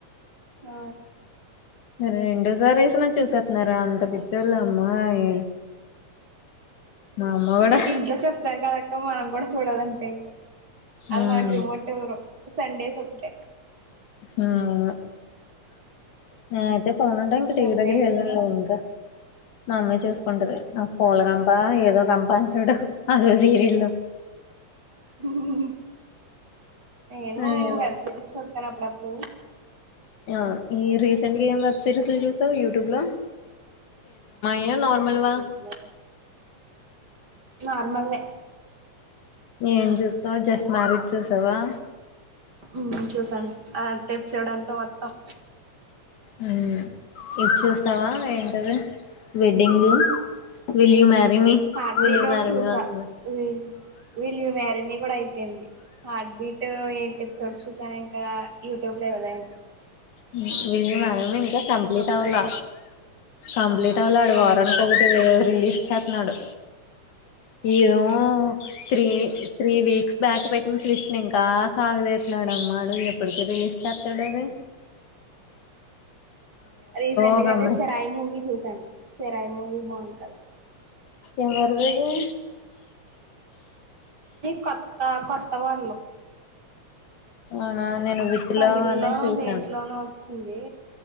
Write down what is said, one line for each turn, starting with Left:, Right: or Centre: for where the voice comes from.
Right: ఆ
Left: రెండోసారి వేసిన చూసేస్తున్నారా అంత పిచోళ్ళ అమ్మాయి మా అమ్మ కూడా
Right: ఇంట్లో చూస్తారు కదక్క మనం కూడా చూడాలంతే ఇంకా అది
Left: ఉమ్
Right: మనకి రిమోట్ ఇవ్వరు. సండేస్ ఒకటే
Left: హ్మ్మ్ హ్మ్మ్ ఐతే ఫోన్ ఉంటే ఇంక
Right: సండే
Left: టీ వీ దగ్గర
Right: ఇచ్చిన
Left: వెళ్ళన్లే ఇంకా మా అమ్మాయి చూస్ ఉంటది నా పూలగంప ఏదో సంపంటడు అద సీరిలు
Right: <unintelligible> నేను
Left: ఆ
Right: వెబ్సైరీస్ చూస్ సారా అప్పుడు అప్పుడు
Left: ఆ ఈ రీసెంట్ గా ఏం వెబ్ సిరీస్ చూసావు యూట్యూబ్ లో యా
Right: పెళ్లి
Left: నార్మల్ వా
Right: చూపుల నార్మల్నే
Left: ఏం చూసావ్ జస్ట్ మ్యారేజ్ చూసావా
Right: హ్మ్మ్ చూసాను ఆ ఎపిసోడ్ అంతా మొత్తం
Left: హ్మ్మ్ ఇది చూస్తావా ఏంటది wedding the will you marry me
Right: heart
Left: will
Right: beat
Left: you
Right: ఒకటి
Left: మ్యారీ
Right: చూసా
Left: మీ వస్తుంది
Right: ఇది విల్ యూ మ్యారీ మీ కూడా అయిపోయింది హార్ట్ బీట్ యైట్ ఎపిసోడ్స్ చూసా ఇంకా యూట్యూబ్ లో ఇవ్వాళే ఇంక
Left: హ్మ్మ్ విల్ యూ మ్యారీ మీ ఇంకా కంప్లీట్
Right: ఒకటి
Left: అవ్వలే కంప్లీట్ అవ్వలే వాడు
Right: అవునవును
Left: వారానికి ఒకటి రిలీజ్ చేత్నాడు ఏదో త్రీ త్రీ వీక్స్ బ్యాక్ పెట్టిన చూసిన ఇంకా ఆ సాగుదీస్తున్నాడు అమ్మా ఎప్పటికి రిలీజ్ చేస్తాడది.
Right: రీసెంట్గా
Left: ఒక
Right: అయితే
Left: అమ్మాయి
Right: సోరాయి మూవీ చూసాను సోరాయి మూవి బాగుంది కదా
Left: ఎవరిదిది
Right: కొత్తా కొత్తవాళ్ళు
Left: అవునా నేను విత్
Right: తమిళ్
Left: లవ్ అనేది
Right: లో‌
Left: చూసాను
Right: దేంట్లోనొ వచ్చింది